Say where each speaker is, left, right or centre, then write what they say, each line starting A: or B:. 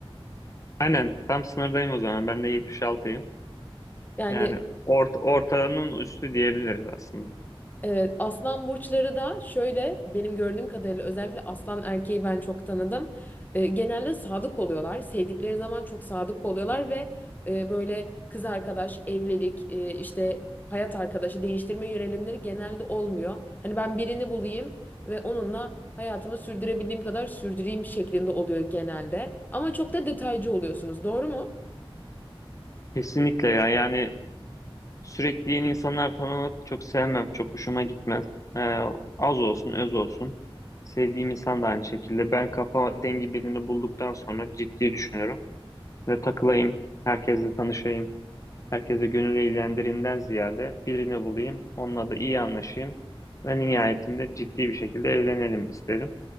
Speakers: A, on the left; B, on the left.
A: Aynen tam sınırdayım o zaman. Ben de 76'yım.
B: Yani
A: Yani orta, ortanın üstü diyebiliriz aslında.
B: Evet, aslan burçları da şöyle benim gördüğüm kadarıyla özellikle aslan erkeği ben çok tanıdım. E, genelde sadık oluyorlar. Sevdikleri zaman çok sadık oluyorlar ve e, böyle kız arkadaş, evlilik, e, işte hayat arkadaşı değiştirme yönelimleri genelde olmuyor. Hani ben birini bulayım ve onunla hayatımı sürdürebildiğim kadar sürdüreyim şeklinde oluyor genelde. Ama çok da detaycı oluyorsunuz, doğru mu?
A: Kesinlikle ya. Yani Sürekli yeni insanlar tanımak çok sevmem. Çok hoşuma gitmez. Ee, az olsun, öz olsun. Sevdiğim insan da aynı şekilde. Ben kafa dengi birini bulduktan sonra ciddi düşünüyorum. Ve takılayım, herkesle tanışayım. Herkese gönül eğlendirimden ziyade birini bulayım. Onunla da iyi anlaşayım. Ve nihayetinde ciddi bir şekilde evlenelim isterim.